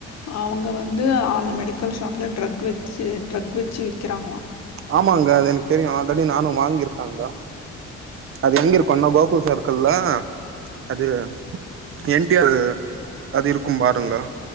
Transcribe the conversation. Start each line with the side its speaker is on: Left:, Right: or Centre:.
Left: அவங்க வந்து அந்த மெடிக்கல் ஷாப்ல ட்ரக் வச்சு ட்ரக் வச்சு விற்கிறாங்களா
Right: ஆமாங்க அது எனக்கு தெரியும் ஆல்ரெடி நானும் வாங்கியிருக்காங்க அது எங்க இருக்குன்னா கோகுல் சர்க்கிள்ல அது என் டி ஆர் அது இருக்கும் பாருங்கலெ